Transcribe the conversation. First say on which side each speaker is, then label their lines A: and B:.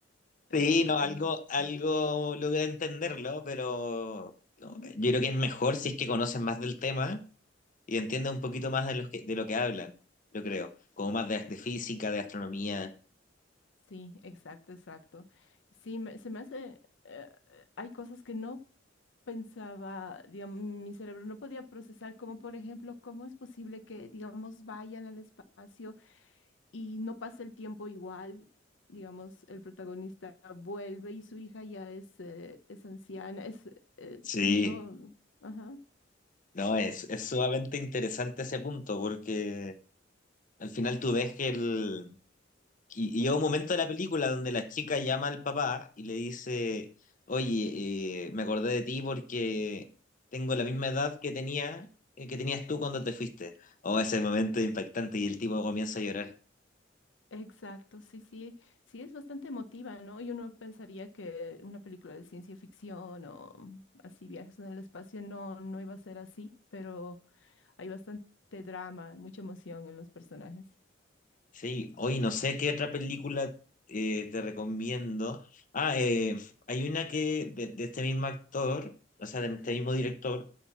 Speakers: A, on the left; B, on the left.
A: eh,
B: Sí, no,
A: hay
B: algo, algo
A: varias.
B: logré entenderlo, pero no,
A: Ujú.
B: yo creo que es mejor si es que conocen más del tema y entienden un poquito más de lo que, de lo que hablan, yo creo. Como más de, de física, de astronomía.
A: Sí, exacto, exacto. Sí, me- se me hace, eh, eh, hay cosas que no pensaba, digamos, mi cerebro no podía procesar, como por ejemplo, cómo es posible que, digamos, vayan al espacio y no pasa el tiempo igual, digamos, el protagonista vuelve y su hija ya es, eh, es anciana, es, eh,
B: Sí.
A: no, ajá.
B: No, es, es sumamente interesante ese punto, porque al final tú ves que el... Y, y llega un momento de la película donde la chica llama al papá y le dice, oye, eh, me acordé de ti porque tengo la misma edad que tenía, eh, que tenías tú cuando te fuiste. Oh, ese momento es impactante y el tipo comienza a llorar.
A: Exacto, sí, sí, sí es bastante emotiva, ¿no? Y uno pensaría que una película de ciencia ficción o así viajes en el espacio no, no iba a ser así, pero hay bastante drama, mucha emoción en los personajes.
B: Sí, hoy no sé qué otra película eh, te recomiendo. Ah, eh, hay una que de, de este mismo actor, o sea, de este mismo director,